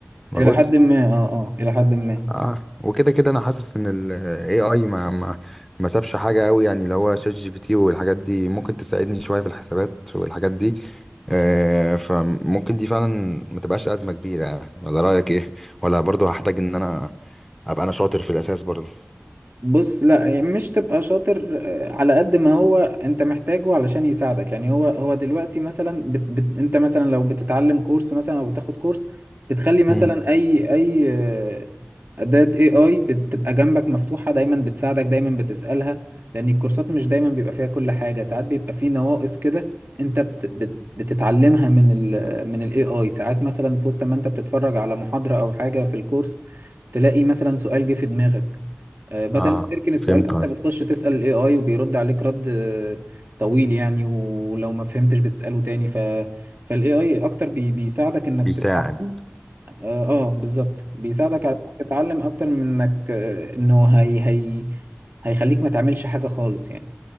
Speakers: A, in the centre; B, on the right (about 70°).
A: مظبوط
B: الى حد ما اه اه الى حد ما
A: اه وكده كده انا حاسس ان الاي اي ما ما ما سابش حاجه قوي يعني اللي هو شات جي بي تي والحاجات دي ممكن تساعدني شويه في الحسابات والحاجات دي آه فممكن دي فعلا ما تبقاش ازمه كبيره يعني. ولا رايك ايه ولا برضو هحتاج ان انا ابقى انا شاطر في الاساس برضو
B: بص لا مش تبقى شاطر آه، على قد ما هو انت محتاجه علشان يساعدك يعني هو هو دلوقتي مثلا بت بت انت مثلا لو بتتعلم كورس مثلا او بتاخد كورس بتخلي مثلا
A: مم.
B: اي اي آه، اداة اي اي بتبقى جنبك مفتوحة دايما بتساعدك دايما بتسألها لان الكورسات مش دايما بيبقى فيها كل حاجة ساعات بيبقى فيه نواقص كده انت بت بت بتتعلمها من ال من الاي اي ساعات مثلا في وسط ما انت بتتفرج على محاضرة او حاجة في الكورس تلاقي مثلا سؤال جه في دماغك آه، بدل
A: اه
B: ما تركن السؤال
A: فهمت
B: ده انت
A: قصدك.
B: بتخش تسأل الاي اي وبيرد عليك رد آه، طويل يعني ولو ما فهمتش بتسأله تاني ف فالاي اي اكتر بي... بيساعدك انك
A: بيساعد
B: تتعلم اه, آه بالظبط بيساعدك على انك تتعلم اكتر من انك آه، انه هي هي هيخليك ما تعملش حاجة خالص يعني